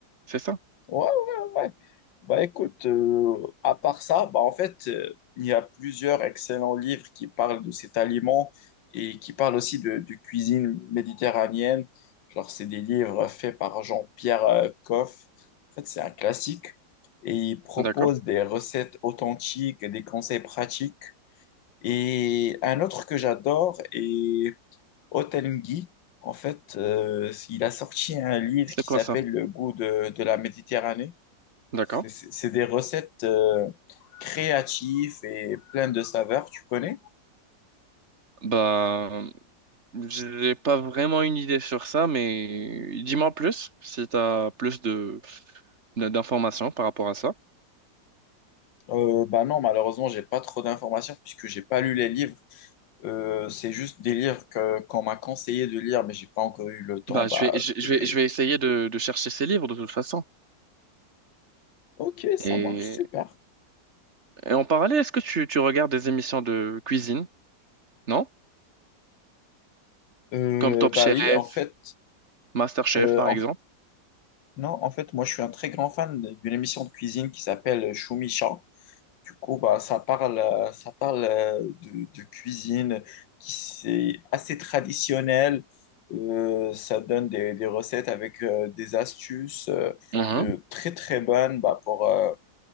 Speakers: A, on the right; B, on the left.
A: C'est ça?
B: Ouais, ouais, ouais. Bah écoute, euh, à part ça, bah en fait, euh, il y a plusieurs excellents livres qui parlent de cet aliment et qui parlent aussi de, de cuisine méditerranéenne. Genre, c'est des livres faits par Jean-Pierre euh, Coff. En fait, c'est un classique et il propose
A: D'accord.
B: des recettes authentiques et des conseils pratiques. Et un autre que j'adore est Hotel En fait, euh, il a sorti un livre
A: C'est
B: qui
A: quoi
B: s'appelle
A: ça?
B: Le goût de de la Méditerranée.
A: D'accord.
B: C'est c'est- c'est des recettes euh, créatives et pleines de saveurs, tu connais?
A: Bah, j'ai pas vraiment une idée sur ça, mais dis-moi plus si tu as plus de d'informations par rapport à ça.
B: Euh, bah non, malheureusement, j'ai pas trop d'informations puisque j'ai pas lu les livres. Euh, c'est juste des livres que qu'on m'a conseillé de lire, mais j'ai pas encore eu le temps
A: Bah,
B: bah,
A: je vais, je, je
B: de les.
A: vais, je vais essayer de, de chercher ces livres de toute façon.
B: Ok, ça
A: Et,
B: marche, super.
A: et en parallèle, est-ce que tu, tu regardes des émissions de cuisine, non?
B: Euh,
A: Comme Top
B: bah
A: Chef,
B: oui, en fait,
A: Master Chef,
B: euh,
A: par
B: en-
A: exemple.
B: non, en fait, moi, je suis un très grand fan d'une émission de cuisine qui s'appelle Choumicha. Du coup, bah, ça parle, euh, ça parle euh, de, de cuisine qui c'est assez traditionnel. Euh, ça donne des, des recettes avec euh, des astuces euh,
A: Mhm.
B: euh, très très bonnes bah, pour, euh,